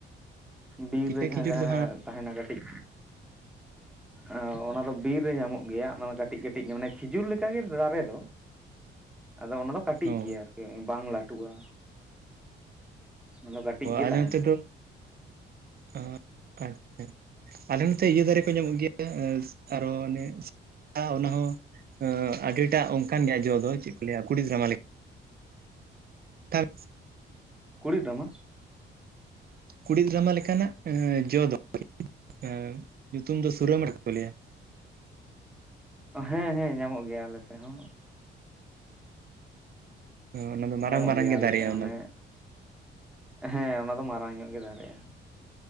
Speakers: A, in the centre; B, on the right (about 50°).
A: ᱵᱤᱨ
B: ᱠᱤᱛᱟᱹ
A: ᱨᱮ ᱡᱟᱦᱟᱸ
B: ᱠᱷᱤᱡᱩᱨ
A: ᱡᱟᱦᱟᱸ
B: ᱫᱚ ᱦᱟᱸᱜ
A: ᱛᱟᱦᱮᱸᱱᱟ ᱠᱟᱹᱴᱤᱡ ᱚᱻ᱾ ᱚᱱᱟ ᱫᱚ ᱵᱤᱨ ᱨᱮ ᱧᱟᱢᱚᱜ ᱜᱮᱭᱟ ᱚᱱᱟ ᱴᱟ ᱠᱟᱹᱴᱤᱡ ᱠᱟᱹᱴᱤᱡ ᱚᱱᱮ ᱠᱷᱤᱡᱩᱨ ᱞᱮᱠᱟᱜᱮ ᱫᱟᱨᱮ ᱫᱚ, ᱟᱫᱚ ᱚᱱᱟ ᱫᱚ ᱠᱟᱹᱴᱤᱡ
B: ᱚ
A: ᱜᱮᱭᱟ ᱟᱹᱨᱠᱤ᱾ ᱵᱟᱝ ᱞᱟᱹᱴᱩᱜ-ᱟ ᱚᱱᱟ ᱫᱚ ᱠᱟᱹᱴᱤᱡ ᱜᱮ
B: ᱟᱞᱮ
A: ᱛᱟᱦᱮᱸᱱᱟ
B: ᱱᱚᱛᱮ ᱫᱚ
A: ᱾
B: ᱚ ᱟᱪᱪᱷᱟ᱾ ᱟᱞᱮ ᱱᱚᱛᱮ ᱤᱭᱟᱹ ᱫᱟᱨᱮ ᱠᱚ ᱧᱟᱢᱚᱜ ᱜᱮᱭᱟ, ᱮᱥ ᱟᱨᱚ ᱚᱱᱮ᱾ ᱴᱟ ᱚᱱᱟ ᱦᱚᱸ ᱟᱹᱰᱤᱴᱟᱜ ᱚᱱᱠᱟᱱ ᱜᱮᱭᱟ ᱡᱚ ᱫᱚ ᱪᱮᱫ ᱠᱚ ᱞᱟᱹᱭᱟ ᱠᱩᱲᱤᱫᱨᱟᱢᱟ ᱞᱮᱠ ᱛᱟᱨ
A: ᱠᱩᱲᱤᱫ ᱨᱟᱢᱟ᱾
B: ᱠᱩᱲᱤᱫ ᱨᱟᱢᱟ ᱞᱮᱠᱟᱱᱟᱜ ᱮ ᱡᱚ ᱫᱚ ᱮ ᱧᱩᱛᱩᱢ ᱫᱚ ᱥᱩᱨᱟᱹᱢᱟᱴᱷᱟ ᱠᱚ ᱞᱮᱭᱟ ᱾
A: ᱦᱮᱸ ᱦᱮᱸ ᱧᱟᱢᱚᱜ ᱜᱮᱭᱟ ᱟᱞᱮ ᱥᱮᱫ ᱦᱚᱸ ᱾
B: ᱚᱱᱟ ᱫᱚ ᱢᱟᱨᱟᱝ
A: ᱧᱟᱢᱚᱜ
B: ᱢᱟᱨᱟᱝ
A: ᱜᱮᱭᱟ
B: ᱜᱮ
A: ᱟᱞᱮ
B: ᱫᱟᱨᱮᱜ-ᱟ
A: ᱥᱮᱫ ᱚᱱᱮ
B: ᱚᱱᱟ
A: ᱦᱮᱸ ᱚᱱᱟ ᱫᱚ ᱢᱟᱨᱟᱝ ᱧᱚᱜ ᱜᱮ ᱫᱟᱨᱮᱜ-ᱟ ᱾